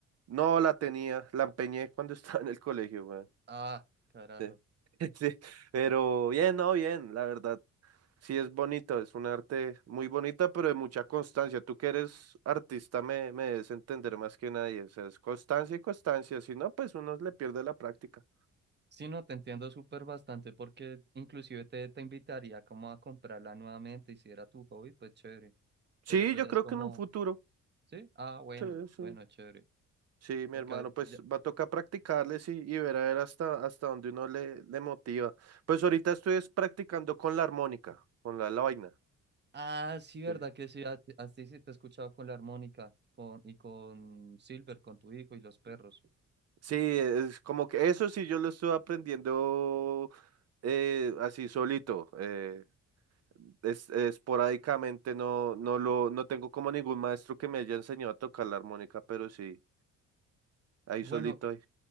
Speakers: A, on the right; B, on the right.
A: No la tenía, la empeñé cuando <laughs> estaba en el colegio, weón.
B: Ah, carajo.
A: Sí. <laughs> Sí, Pero bien, no, bien, la verdad. Sí es bonito, es un arte muy bonita, pero de mucha constancia. Tú que eres artista me, me debes entender más que nadie. O sea, es constancia y constancia, si no, pues uno le pierde la práctica.
B: Sí, no, te entiendo súper bastante porque inclusive te, te invitaría como a comprarla nuevamente y si era tu hobby, pues chévere.
A: Sí,
B: Pero eso
A: yo
B: ya
A: creo
B: es como,
A: que en un futuro.
B: ¿sí? Ah, bueno,
A: Sí, sí.
B: bueno, chévere.
A: Sí, mi
B: Porque,
A: hermano,
B: a ver,
A: pues
B: ya-
A: va a tocar practicarles y, y ver a ver hasta, hasta dónde uno le, le motiva. Pues ahorita estoy es practicando con la armónica, con la, la vaina.
B: Ah, sí, verdad
A: Sí.
B: que sí, a, a ti sí sí, te he escuchado con la armónica con, y con Silver, con tu hijo y los perros.
A: Sí, es como que eso sí yo lo estoy aprendiendo eh, así solito, eh, es, esporádicamente, no, no lo, no tengo como ningún maestro que me haya enseñado a tocar la armónica, pero sí, ahí
B: Bueno,
A: solito, ahí.